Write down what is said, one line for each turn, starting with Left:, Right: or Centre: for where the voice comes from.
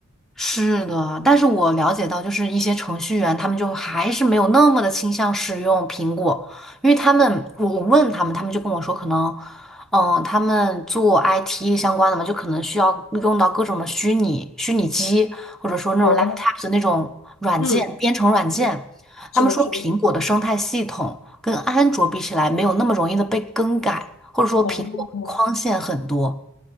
Centre: 是的，但是我了解到，就是一些程序员，他们就还是没有那么的倾向使用苹果，因为他们，我我问他们，他们就跟我说，可能，嗯，他们做 IT 相关的嘛，就可能需要用到各种的虚拟虚拟机，或者说那种
Left: 哦，
Centre: laptop 的那种软件，
Left: 嗯，
Centre: 编程软件。
Left: 嗯是的，
Centre: 他们说苹果的生态系统跟安卓比起来，
Left: 是的，
Centre: 没有那么容易的被更改，或者说苹果框限很多。
Left: 哦，